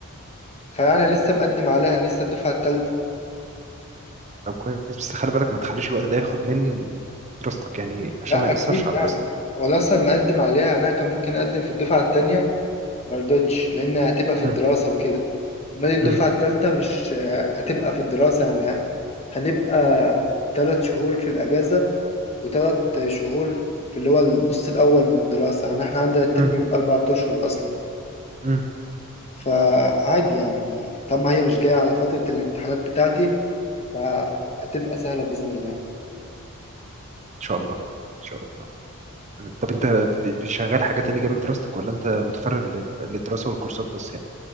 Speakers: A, on the left; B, on the right.
A: فانا لسه مقدم عليها أنا لسه الدفعه الثالثه
B: طب كويس، بس خلِّ بالك ما تخلّيش الوقت ده ياخُد من دراستك يعني عشان
A: لا
B: ما يأثّرش
A: اكيد
B: على
A: يعني
B: دراستك.
A: وانا اصلا
B: إمم،
A: مقدم عليها يعني انا كان ممكن اقدم في الدفعه الثانيه ما رضتش لان هتبقى في الدراسه
B: إمم،
A: وكده امال الدفعه
B: إمم،
A: الثالثه مش آه، هتبقى في الدراسه يعني هنبقى ثلاث شهور في الاجازه وثلاث شهور في اللي هو النص الاول من الدراسه يعني احنا عندنا الترم
B: إمم، إمم،
A: بيبقى اربع اشهر اصلا
B: إمم،
A: فعادي يعني طب ما هي مش جاية على فترة الامتحانات بتاعتي فهتبقى سهلة بإذن الله
B: إن شاء الله، إن شاء الله. إمم، طب أنت ب ب شغّال حاجة تاني جنب دراستك والّا أنت مُتفرِّغ لل للدراسة والكورسات بس يعني؟